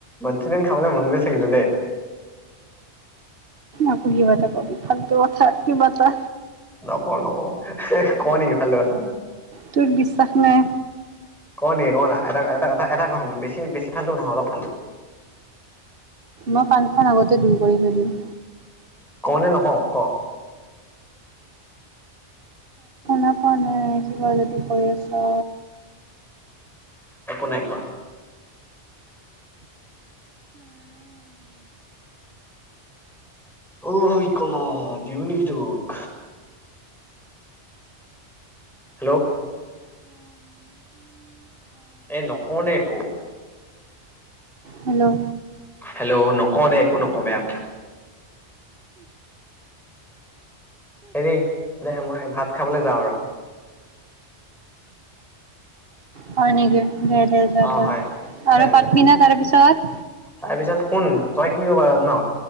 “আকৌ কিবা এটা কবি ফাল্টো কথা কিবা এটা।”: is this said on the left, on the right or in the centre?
Right